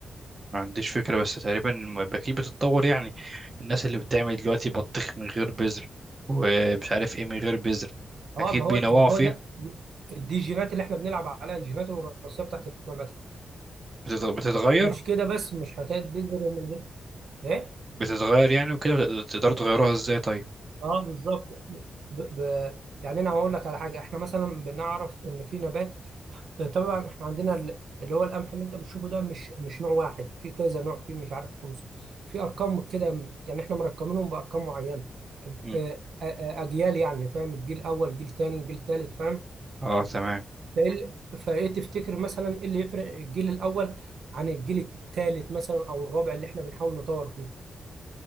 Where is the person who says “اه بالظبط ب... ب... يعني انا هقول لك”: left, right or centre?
Right